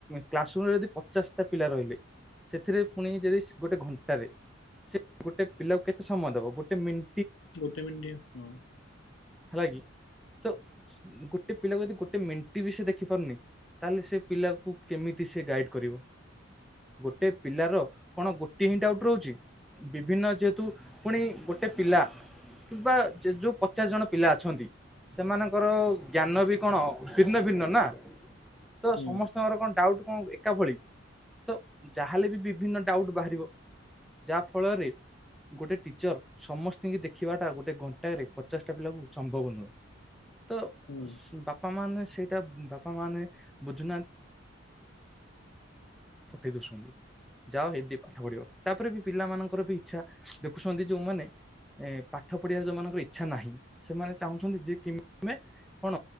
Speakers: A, in the centre; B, on the left.
A: କ୍ଲାସ ରୁମରେ ଯଦି ପଚାଶଟା ପିଲା ରହିଲେ ସେଥିରେ ପୁଣି ଯଦି ଗୋଟେ ଘଣ୍ ଣ୍ଟାରେ ସେ ଗୋଟେ ପିଲାକୁ କେତେ ସମୟ ଦବ ଗୋଟେ ମିନ୍
B: ଗୋଟେ ମିଣ୍ଟିଆ ହଁ।
A: ହେଲା କି। ତ ଗୋଟେ ପିଲାକୁ ଯଦି ଗୋଟେ ମେଣ୍ଟି ବି ସେ ଦେଖିପାରୁନି ତାହେଲେ ସେ ପିଲାକୁ କେମିତି? ସେ ଗାଇଡ କରିବ ଗୋଟେ ପିଲାର କଣ ଗୋଟିଏ ହିଁ ଡାଉଟ୍ ରହୁଛି ବିଭିନ୍ନ ଯେହେତୁ ପୁଣି ଗୋଟେ ପିଲା କିମ୍ବା ଯ ଯ ଯୋଉ ପଚାଶ ଜଣ ପିଲା ଅଛନ୍ତି ସେମାନଙ୍କର ଜ୍ଞାନ ବି କଣ ଭିନ୍ନ ଭିନ୍ନ ନା ତ
B: ହୁଁ
A: ସମସ୍ତଙ୍କର କଣ ଡାଉଟ୍ କଣ ଏକା ଭଳି ତ ଯାହାହେଲେ ବି ବିଭିନ୍ନ ଡାଉଟ୍ ବାହାରିବ ଯାହା ଫଳରେ ଗୋଟେ ଟିଚର ସମସ୍ତିଙ୍କି ଦେଖିବାଟା ଗୋଟେ ଘଣ୍ଟାଏରେ ପଚାଶଟା ପିଲାକୁ ସମ୍ଭବ ନୁହେଁ। ତ
B: ହୁଁ
A: ଶ୍ ବାପା ମାନେ ସେଇଟା ବାପା ମାନେ ବୁଝୁନାହାଁ ପଠେଇ ଦଉଛନ୍ତି। ଯାଅ ହେଇଠି ଟିକେ ପାଠ ପଢିବ, ତାପରେ ବି ପିଲାମାନାନଙ୍କର ବି ଇଚ୍ଛା ଦେଖୁଛନ୍ତି ଯୋଉମାନେ ଏ ପାଠ ପଢିବାର ଯୋଉମାନଙ୍କର ଇଚ୍ଛା ନାହିଁ ସେମାନେ ଚାହୁଁଛନ୍ତି ଯେ କେମେ କଣ